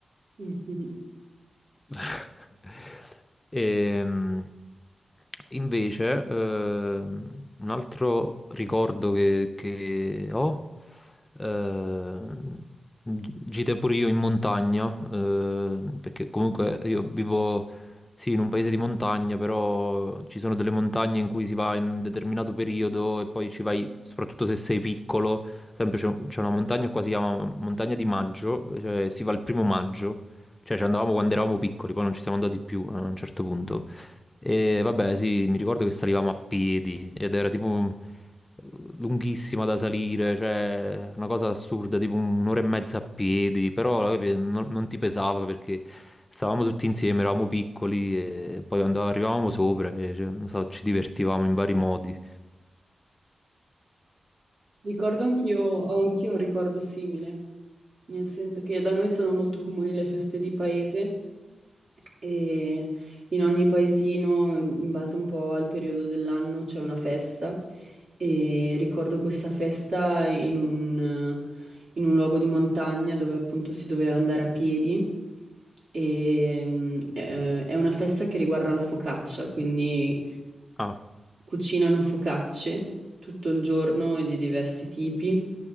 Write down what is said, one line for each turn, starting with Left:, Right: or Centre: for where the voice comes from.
Right: <laughs>
Left: <laughs> Ehm, invece, ehm, un altro ricordo che, che ho, ehm, gi- gite pure io in montagna, ehm, perché comunque io vivo, sì, in un paese di montagna, però ci sono delle montagne in cui si va in un determinato periodo e poi ci vai, soprattutto se sei piccolo, sempre c'è c'è una montagna qua, si chiama Montagna di Maggio, cioè si va il primo maggio. Cioè, ci andavamo quando eravamo piccoli, poi non ci siamo andati più a un certo punto. E vabbè, sì, mi ricordo che salivamo a piedi ed era tipo un- lunghissima da salire, cioè una cosa assurda, tipo un'ora e mezza a piedi, però capi, non, non ti pesava perché stavamo tutti insieme, eravamo piccoli e poi andavamo, arrivavamo sopra e cioè, non so, ci divertivamo in vari modi.
Right: Ricordo anch'io, ho anch'io un ricordo simile. nel senso che da noi sono molto comuni le feste di paese e in ogni paesino, in base un po' al periodo dell'anno, c'è una festa e ricordo questa festa in un, in un luogo di montagna dove appunto si doveva andare a piedi e mm, eh, è una festa che riguarda la focaccia, quindi
Left: Ah,
Right: cucinano focacce tutto il giorno e di diversi tipi.